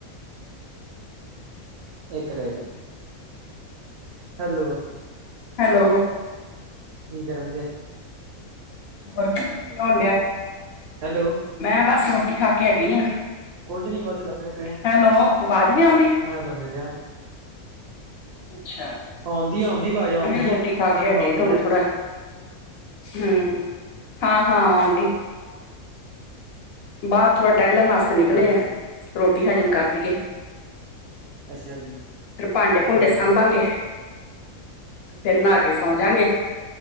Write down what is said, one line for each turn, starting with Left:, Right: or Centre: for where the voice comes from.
Right: ਇੱਕ ਰਹਿ ਹੈਲੋ
Left: ਹੈਲੋ।
Right: ਕੀ ਕਰੰਦੇ?
Left: ਹੋਰ, ਕੀ ਹੋਣ ਡਿਆ?
Right: ਹੈਲੋ।
Left: ਮੈਂ ਬਸ ਰੋਟੀ ਖਾਕੇ ਹਟੀ ਆਂ,
Right: ਕੁੱਝ ਨੀ ਬਸ ਲੰਮੇ ਪਏ
Left: ਹੈਲੋ ਅਵਾਜ਼ ਨੀ ਆਉਂਦੀ?
Right: ਮੈਂ ਲੰਮੇ ਪਿਆਂ।
Left: ਅੱਛਾ ਛ,
Right: ਆਉਂਦੀ ਆਉਂਦੀ ਆਵਾਜ਼ ਆਉਂਦੀ
Left: ਹਜੇ ਰੋਟੀ
Right: ਹੈ ਤੁਹਾਨੂੰ
Left: ਖਾਕੇ ਹਟੇ,
Right: ਆਉਂਦੀ
Left: ਤੋ ਹੁਣ
Right: ਹੈ
Left: ਥੋੜਾ ਹੂੰ, ਹਾਂ-ਹਾਂ, ਔਂਡੀ। ਬਾਰ ਥੋੜ੍ਹਾ ਟੈਲਣ ਵਾਸਤੇ ਨਿਕਲੇ
Right: ਹਾਂਜੀ
Left: ਆ, ਰੋਟੀ ਹਜ਼ਮ ਕਰ ਲੀਏ।
Right: ਅੱਛਾ ਜੀ
Left: ਫਿਰ ਭਾਂਡੇ-ਭੂੰਡੇ
Right: ਹਾਂਜੀ
Left: ਸਾਂਭਾਂਗੇ, ਫਿਰ ਨਹਾ ਕੇ, ਸੌਂ ਜਾਂਗੇ।